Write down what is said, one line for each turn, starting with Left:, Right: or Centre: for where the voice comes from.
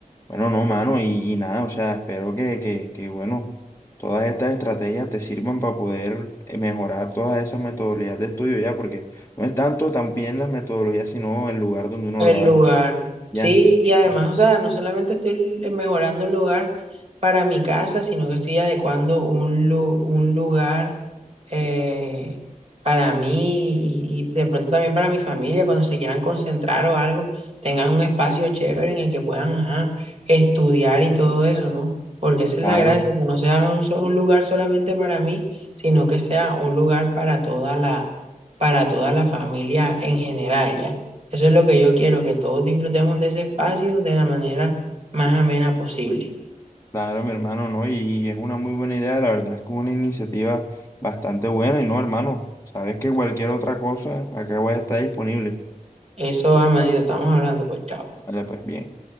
Left: Bueno, no, mano, y, y nada, o sea, espero que, que, que, bueno, todas estas estrategias te sirvan para poder eh, mejorar todas esas metodologías de estudio ya, porque no es tanto también las metodologías, sino el lugar donde uno
Right: El
Left: lo haga,
Right: lugar.
Left: ya.
Right: Sí, y además,
Left: Pues,
Right: o sea, no solamente estoy mejorando un lugar para mi casa, sino que estoy adecuando un, lu- un lugar. eh, para mí y, y de pronto también para mi familia, cuando se quieran concentrar o algo, tengan un espacio chévere en el que puedan ajá, estudiar y todo eso, ¿no? Porque esa es
Left: claro,
Right: la gracia, que no sea un, so- un lugar solamente para mí, sino que sea un lugar para toda la, para toda la familia en general, ¿ya? Eso es lo que yo quiero, que todos disfrutemos de ese espacio de la manera más amena posible.
Left: claro, mi hermano, no, y es una muy buena idea, la verdad es que es una iniciativa bastante buena, y no, hermano, sabes que cualquier otra cosa, acá voy a estar disponible.
Right: Eso, amanito, estamos hablando, pues chao.
Left: Vale, pues bien.